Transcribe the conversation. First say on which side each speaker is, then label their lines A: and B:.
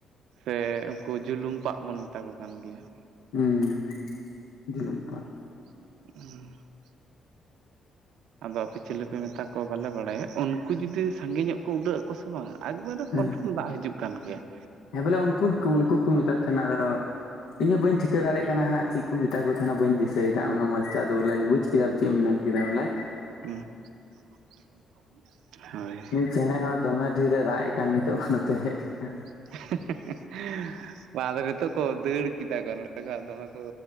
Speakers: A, on the right; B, on the left.
A: ᱥᱮ ᱩᱱᱠᱩ ᱡᱩᱞᱩᱢ ᱯᱟᱜ ᱵᱚᱱ ᱢᱮᱛᱟ ᱠᱚ ᱠᱟᱱ ᱜᱮᱭᱟ ᱾
B: ᱦᱩᱸ ᱡᱤᱞᱚᱢ ᱯᱟᱜ ᱾
A: <unintelligible> ᱟᱫᱚ ᱟᱯᱮ ᱪᱤᱞᱤ ᱯᱮ ᱢᱮᱛᱟ ᱠᱚᱣᱟ ᱵᱟᱞᱮ ᱵᱟᱲᱟᱭᱟ ᱩᱱᱠᱩ ᱡᱩᱫᱤ ᱥᱟᱸᱜᱮ ᱧᱚᱜ ᱠᱚ ᱩᱰᱟᱹᱜ ᱟᱠᱚ ᱥᱮ ᱵᱟᱝᱼᱟ ᱮᱠᱵᱟᱨᱮ
B: ᱦᱮᱸ
A: ᱠᱚᱱᱯᱷᱟᱨᱢ ᱫᱟᱜ ᱦᱤᱡᱩᱜ ᱠᱟᱱ ᱜᱮᱭᱟ ᱾
B: ᱦᱮᱸ ᱵᱚᱞᱮ ᱩᱱᱠᱩ ᱜᱮᱠᱩ ᱩᱱᱠᱩ ᱜᱮ ᱠᱚ ᱢᱮᱛᱟ ᱠᱟᱱᱟ ᱟᱫᱚ ᱤᱧ ᱦᱚ ᱵᱟᱹᱧ ᱴᱷᱤᱠᱟᱹ ᱫᱟᱲᱮᱜ ᱠᱟᱱᱟ ᱦᱟᱸᱜ ᱪᱤ ᱠᱩ ᱢᱮᱛᱟ ᱠᱚ ᱛᱟᱦᱮᱦᱱᱟ ᱵᱟᱹᱧ ᱫᱤᱥᱟᱹᱭᱫᱟ ᱚᱱᱮ ᱢᱚᱥᱛᱮ ᱟᱫᱚ ᱵᱚᱞᱮ ᱵᱩᱡ ᱠᱮᱫ ᱪᱮᱢ ᱢᱮᱱ ᱠᱮᱫᱟ ᱵᱚᱞᱮ ᱾
A: ᱦᱩᱸ ᱾ ᱦᱳᱭ ᱾
B: ᱱᱩᱭ ᱪᱮᱬᱮ ᱦᱚᱸ ᱫᱚᱢᱮ ᱰᱷᱤᱨᱮ ᱨᱟᱜ ᱮ ᱠᱟᱱ ᱱᱤᱛᱚᱜ ᱢᱟ ᱱᱚᱛᱮ ᱦᱮᱡ ᱠᱟᱛᱮ ᱾
A: <unintelligible> ᱨᱮ ᱱᱤᱛᱚᱜ ᱠᱚ ᱫᱟᱹᱲ ᱠᱮᱫᱟ ᱠᱚ ᱱᱚᱰᱮ ᱠᱷᱚᱱ ᱫᱚᱢᱮ ᱠᱩ